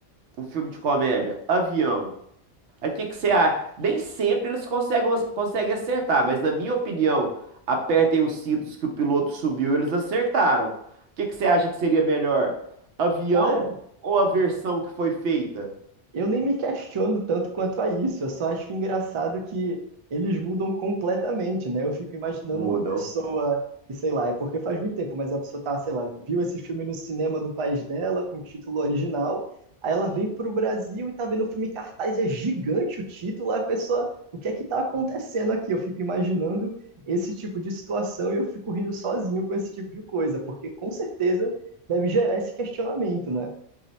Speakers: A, on the right (about 80°); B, on the right (about 55°).
A: um filme de comédia, Avião, aí o que que você acha? Nem sempre eles conseguem, conseguem acertar, mas na minha opinião, apertem os cintos que o piloto sumiu, eles acertaram. O que que você acha que seria melhor? Avião
B: Cara,
A: ou a versão que foi feita?
B: Eu nem me questiono tanto quanto a isso, eu só acho engraçado que eles mudam completamente, né? Eu fico imaginando
A: Mudam.
B: uma pessoa que, sei lá, é porque faz muito tempo, mas a pessoa tá, sei lá, viu esse filme no cinema do país dela, com o título original, aí ela vem pro Brasil e tá vendo o filme em cartaz, é gigante o título, aí a pessoa, o que é que tá acontecendo aqui? Eu fico imaginando esse tipo de situação e eu fico rindo sozinho com esse tipo de coisa, porque com certeza deve gerar esse questionamento, né?